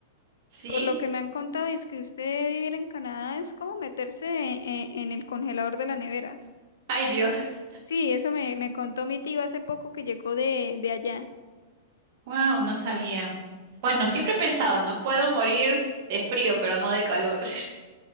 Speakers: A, on the right; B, on the left.
A: sí,
B: Por lo que me han contado, es que usted vivir en Canadá es como meterse e- e- en, el congelador de la nevera.
A: ay Dios, <laughs>
B: Sí, eso me, me contó mi tío hace poco que llegó de, de allá.
A: wow, no sabía. Bueno, siempre he pensado, no puedo morir de frío, pero no de calor. <laughs>